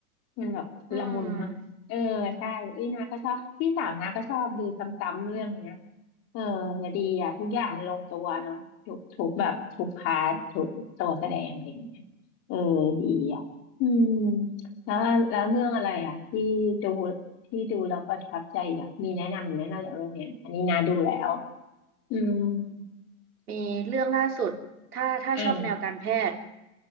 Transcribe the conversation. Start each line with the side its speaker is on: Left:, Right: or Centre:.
Left: มันแบบละมุนมากเออใช่อุ้ยนาก็ชอบพี่สาวนาก็ชอบดูซ้ำๆเรื่องเนี้ย
Right: อืม
Left: เออดีอ่ะทุกอย่างมันลงตัวเนาะทุกทุกแบบทุกพาร์ททุกตัวแสดงอะไรอย่างเงี้ยเออดีอ่ะอืมแล้วแล้วเรื่องอะไรอ่ะที่ดูที่ดูแล้วประทับใจอีกอ่ะมีแนะนำแนะนำจากเรื่องเนี้ยอันนี้นาดูแล้ว อืม
Right: มีเรื่องล่าสุดถ้าถ้าชอบแนวการแพทย์
Left: อ่า